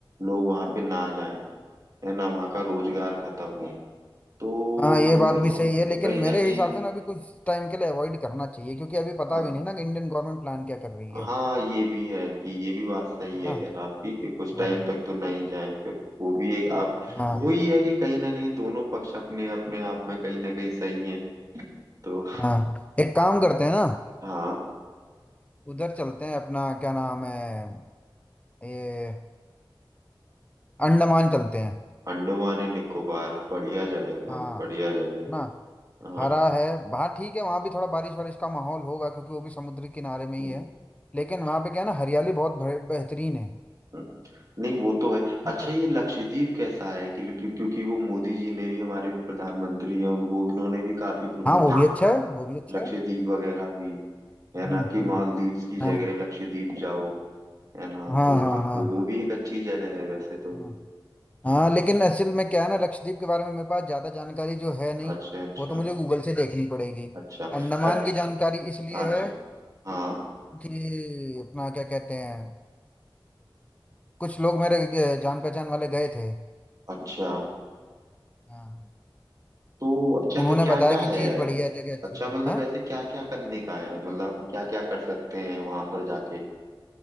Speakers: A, on the right; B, on the left.
A: लोग वहाँ पे ना जाएं है ना वहाँ का रोजगार खत्म हो तो
B: हाँ, ये
A: कहीं
B: बात भी सही है लेकिन मेरे
A: ना कहीं
B: हिसाब से ना अभी कुछ टाइम के लिए अवॉइड करना चाहिए क्योंकि अभी पता
A: हाँ
B: भी नहीं ना कि इंडियन गवर्नमेंट प्लान क्या कर रही है
A: हाँ ये भी है कि ये भी बात सही
B: है
A: है
B: ना
A: खैर आपकी कि कुछ
B: हाँ
A: टाइम तक तो नहीं जाए फिर वो भी एक आप
B: हाँ
A: वही है कि कहीं ना कहीं दोनों पक्ष अपने अपने आप में कहीं ना कहीं सही है तो
B: हाँ एक काम करते हैं ना
A: हाँ
B: उधर चलते हैं अपना क्या नाम है ये अंडमान चलते हैं
A: अंडमान एंड निकोबार बढ़िया जगह है भाई
B: हाँ
A: बढ़िया जगह है
B: ना
A: हाँ
B: हरा है हाँ ठीक है वहाँ भी थोड़ा बारिश वारिश का माहौल होगा क्योंकि वो भी समुद्र के किनारे में ही
A: हम्म,
B: है लेकिन वहाँ पे क्या है ना हरियाली बहुत भरे- बेहतरीन है
A: हम्म। नहीं वो तो है
B: ठीक
A: अच्छा
B: है
A: ये लक्षद्वीप कैसा है कि क्यों- क्योंकि वो मोदी जी ने भी हमारे प्रधानमंत्री हैं उन वो उन्होंने भी काफी प्रमोट
B: हाँ वो
A: किया
B: भी अच्छा
A: था
B: है वो भी अच्छा
A: लक्षद्वीप
B: है
A: वगैरह भी है ना
B: हम्म
A: कि
B: हम्म
A: मालदीव्स की जगह
B: हाँ
A: लक्षद्वीप जाओ है ना
B: हाँ
A: तो
B: हाँ
A: वो
B: हाँ
A: वो भी एक अच्छी जगह है वैसे तो
B: हाँ हाँ लेकिन असल में क्या है ना लक्षद्वीप के बारे में मेरे पास ज्यादा जानकारी जो है नहीं
A: अच्छा अच्छा
B: वो तो मुझे गूगल से देखनी पड़ेगी
A: अच्छा
B: अंडमान
A: अ-
B: की जानकारी इसलिए
A: अच्छा
B: है
A: हाँ
B: कि, कि अपना क्या कहते हैं कुछ लोग मेरे ग- जान पहचान वाले गए थे
A: अच्छा
B: हाँ
A: तो अच्छा
B: उन्होंने
A: तो क्या
B: बताया
A: क्या
B: कि
A: है
B: चीज बढ़िया है, जगह अच्छी
A: अच्छा
B: है
A: मतलब
B: हाँ?
A: वैसे क्या क्या करने का है मतलब क्या क्या कर सकते हैं वहां पर जाके